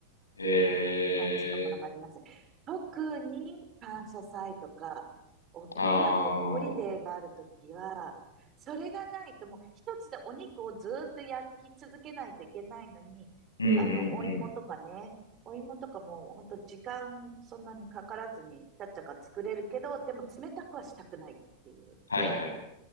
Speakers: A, on the left; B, on the right.
A: え
B: 感じのものがあります。特に感謝祭とか、大きなこう、
A: ー、ああ、
B: ホリデーがあるときは、それがないともう一つでお肉をずーっと焼き続けないといけないのに、
A: うんうんうん。
B: あの、お芋とかね、お芋とかも本当時間そんなにかからずに、ちゃっちゃか作れるけど、でも冷たくはしたくないっていう。
A: はいはい。